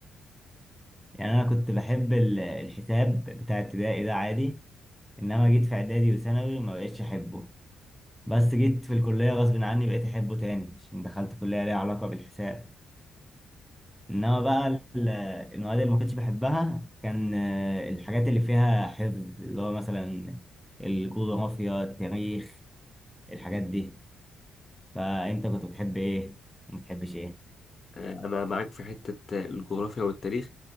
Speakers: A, in the centre; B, on the left.
A: يعني انا كنت بحب ال- الحساب بتاع ابتدائي ده عادي انما جيت في اعدادي وثانوي ما بقتش احبه بس جيت في الكليه غصب عني بقيت احبه تاني عشان دخلت كليه ليها علاقه بالحساب انما بقى ال- المواد اللي ما كنتش بحبها كان آه، الحاجات اللي فيها حفظ اللي هو مثلا الجغرافيا التاريخ الحاجات دي فانت كنت بتحب ايه وما بتحبش ايه
B: آه، انا معاك في حتة الجغرافيا والتاريخ